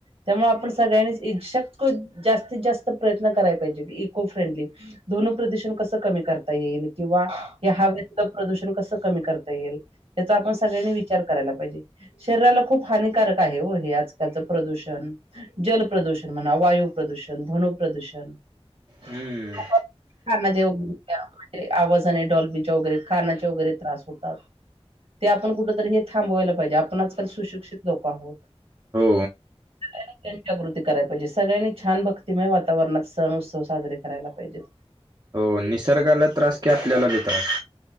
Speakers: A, on the right; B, on the right.
A: त्यामुळे आपण सगळ्यांनीच् शक्य जास्तीत जास्त प्रयत्न करायला पाहिजेत इको फ्रेंडली. ध्वनी प्रदूषण कसं कमी करता येईल किंवा या हव्यातलं प्रदूषण कसं कमी करता येईल. त्याचा आपण सगळ्यांनी विचार करायला पाहिजे. शरीराला खूप हानिकारक आहे हो हे आजकालचं प्रदूषण. जल प्रदूषण म्हणा वायु प्रदूषण ध्वनी प्रदूषण. लोक
B: हम्म
A: कानाचे वग म्हणजे आवाजाने डॉलबीच्या वगैरे कानाचे वगैरे त्रास होतात. ते आपण कुठंतरी हे थांबवायला पाहिजे आपण आजकाल सुशिक्षित लोक आहोत.
B: हो.
A: सगळ्यांनी जनजागृती करायला पाहिजे सगळ्यांनी छान भक्तीमय वातावरण वातावरणात सण उत्सव साजरे करायला पाहिजेत.
B: हो निसर्गाला त्रास कि आपल्याला बी त्रास.